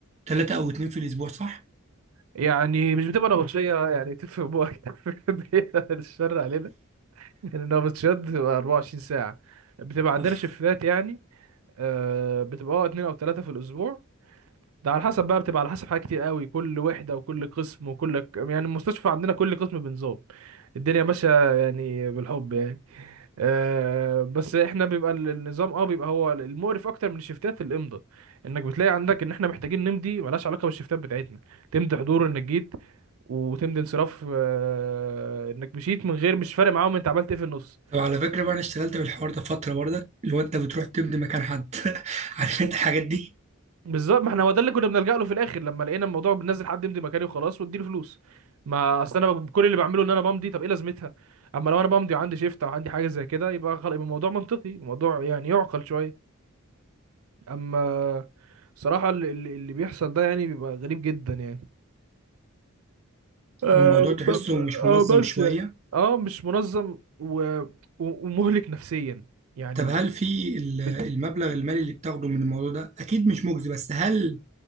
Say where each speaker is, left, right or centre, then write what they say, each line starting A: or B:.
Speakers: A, on the right (about 30°); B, on the right (about 80°).
A: ثلاثه او اتنين في الاسبوع صح؟
B: يعني مش بتبقى نبطشية يعني تفهم بوك <laughs> بعيد عن الشر <laughs> علينا لأن النبطشيات بتبقى 24 ساعة بتبقى عندنا
A: اوف
B: شفتات يعني آه، بتبقى اه اتنين أو تلاتة في الأسبوع ده على حسب بقى بتبقى على حسب حاجات كتير قوي كل وحدة وكل قسم وكل ك- يعني المستشفى عندنا كل قسم بنظام الدنيا ماشية يعني بالحب يعني آه، بس احنا بيبقى ال- النظام اه بيبقى هو المقرف اكتر من الشفتات الامضاء انك بتلاقي عندك ان احنا محتاجين نمضي ملهاش علاقه بالشفتات بتاعتنا تمضي حضور انك جيت وتمضي انصراف آه، انك مشيت من غير مش فارق معاهم انت عملت ايه في النص
A: طب على فكره بقى انا اشتغلت في الحوار ده فتره برضك اللي هو انت بتروح تمضي مكان حد <laughs> عارف انت الحاجات دي
B: بالظبط ما احنا هو ده اللي كنا بنلجأ له في الاخر لما لقينا الموضوع بننزل حد يمضي مكاني وخلاص واديله فلوس ما اصل انا ب- كل اللي بعمله ان انا بمضي طب ايه لازمتها اما لو انا بمضي وعندي شيفت او عندي حاجه زي كده يبقى خلاص يبقى الموضوع منطقي الموضوع يعني يعقل شويه اما صراحة اللي, اللي اللي بيحصل ده يعني بيبقى غريب جدا يعني آه
A: والموضوع تحسه
B: ب- ب-
A: مش منظم
B: آه بس
A: شويه
B: يعني اه مش منظم و... و- ومهلك نفسيا يعني
A: طب
B: ب...
A: هل في ال- المبلغ
B: ب-
A: المالي اللي بتاخده من الموضوع ده اكيد مش مجزي بس هل